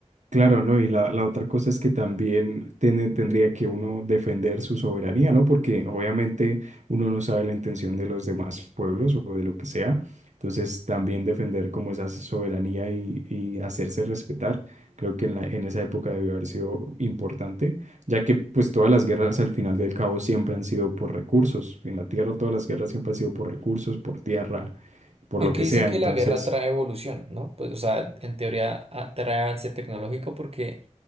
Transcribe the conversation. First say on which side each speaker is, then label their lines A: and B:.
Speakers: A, on the right; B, on the right.
A: Claro, ¿no? Y la, la otra cosa es que también tiene- tendría que uno defender su soberanía, ¿no? Porque obviamente uno no sabe la intención de los demás pueblos o de lo que sea. Entonces, también defender como esa soberanía y, y hacerse respetar, creo que en la, en esa época debió haber sido importante, ya que pues todas las guerras al final del cabo siempre han sido por recursos. En la tierra todas las guerras siempre han sido por recursos, por tierra, por
B: Aunque
A: lo que
B: dicen
A: sea.
B: que
A: Entonces...
B: la guerra trae evolución, ¿no? Pues, o sea, en teoría ah, trae avance tecnológico porque